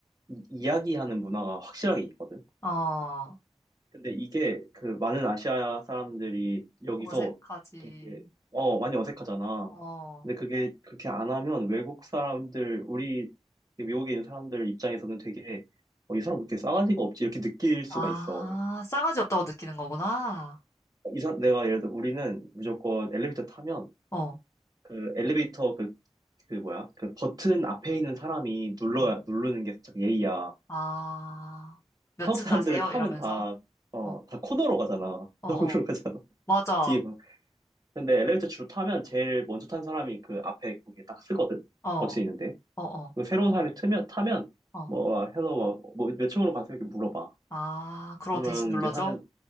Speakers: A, on the right; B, on the left.
A: 이, 야기하는 문화가 확실하게 있거든.
B: 어.
A: 근데 이게 그 많은 아시아 사람들이 여기서
B: 어색하지.
A: 되게 어 많이 어색하잖아.
B: 어.
A: 근데 그게 그렇게 안 하면 외국 사람들 우리 미국에 있는 사람들 입장에서는 되게 어, 이 사람 왜 이렇게 싸가지가 없지 이렇게 느낄 수가
B: 아,
A: 있어.
B: 싸가지 없다고 느끼는 거구나.
A: 이 사람 내가 예를 들어 우리는 무조건 엘리베이터 타면
B: 어.
A: 그 엘리베이터 그 그 뭐야 그 버튼 앞에 있는 사람이 눌러
B: 어.
A: 누르는 게 살짝 예의야.
B: 아, 몇층
A: 한국 사람들은
B: 가세요?
A: 타면
B: 이러면서.
A: 다 어
B: 어.
A: 다 코너로 가잖아. <laughs>
B: 어,
A: 너머로
B: 어.
A: 가잖아.
B: 맞아.
A: 뒤에 근데 엘리베이터 주로 타면 제일 먼저 탄 사람이 그 앞에 거기에 딱 쓰거든?
B: 어.
A: 버튼 있는데.
B: 어, 어.
A: 그 새로운 사람이 트면, 타면,
B: 어.
A: 뭐, 아, 해서 뭐, 뭐, 몇 층으로 가세요? 이렇게 물어봐.
B: 아, 그러고
A: 그러면
B: 대신 눌러줘?
A: 이제 하는,